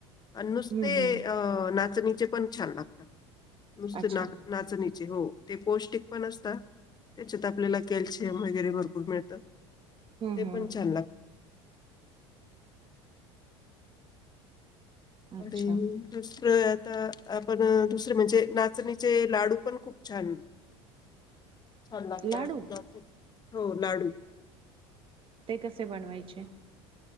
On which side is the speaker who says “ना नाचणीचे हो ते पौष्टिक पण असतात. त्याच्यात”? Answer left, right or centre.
Left